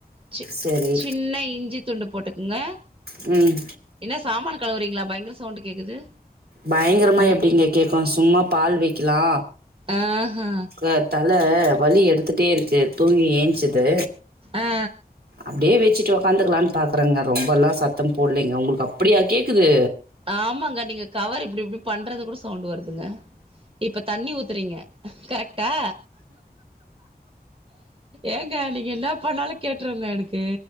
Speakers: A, on the right; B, on the right.
A: ச
B: சரி
A: சின்ன இஞ்சி துண்டு போட்டுக்குங்க
B: ம்
A: என்ன சாமான் கலவுறீங்களா பயங்கர சவுண்ட் கேக்குது
B: பயங்கரமா
A: அ
B: எப்படிங்க கேட்கு சும்மா பால் வைக்கலா
A: ஆஹ
B: அ தல வலி எடுத்துட்டே இருக்கு தூங்கி ஏஞ்ச்சது
A: ஆ
B: அப்டியே வச்சுட்டு உட்காந்துக்கலான்னு பாக்குறேங்க ரொம்பெல்லா சத்தம் போடலைங்க உங்களுக்கு அப்படியா கேட்குது
A: ஆமாங்க நீங்க கவர் இப்டி இப்டி பண்றது கூட சவுண்ட் வருதுங்க இப்ப தண்ணி ஊத்துறீங்க கரெக்டா ஏங்க நீங்க என்ன பண்ணாலும் கேட்டுருங்க எனக்கு